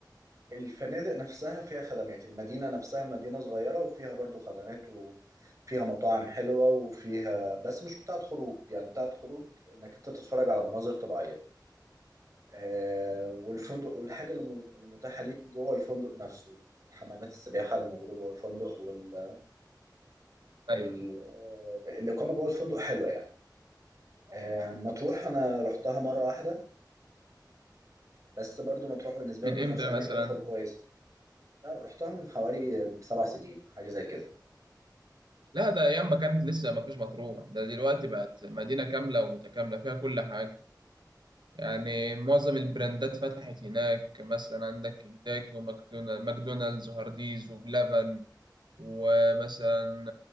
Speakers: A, on the right (about 45°); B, on the right (about 80°).
A: الفنادق نفسها فيها خدمات المدينة نفسها مدينة صغيرة وفيها برضو خدمات وفيها مطاعم حلوة وفيها بس مش بتاعة خروج يعني بتاعة خروج انك انت تتفرج على مناظر طبيعية آه والفندق والحاجة اللي م- اللي متاحة ليك جوه الفندق نفسه حمامات السباحة اللي موجودة جوه الفندق وال
B: ايوه
A: ال- آه، الإقامة جوه الفندق حلوة يعني آه مطروح أنا رحتها مرة واحدة بس برضو مطروح بالنسبة
B: من
A: لي ما فيهاش
B: امتى
A: أماكن
B: مثلا
A: خروج كويسة أنا رحتها من حوالي سبع سنين حاجة زي كده
B: لا ده ايام ما كانت لسه ما فيش مطروح ده دلوقتي بقت مدينه كامله ومتكامله فيها كل حاجه يعني معظم البراندات فتحت هناك مثلا عندك كنتاكي وماكدونالدز وهارديز وبلبن ومثلا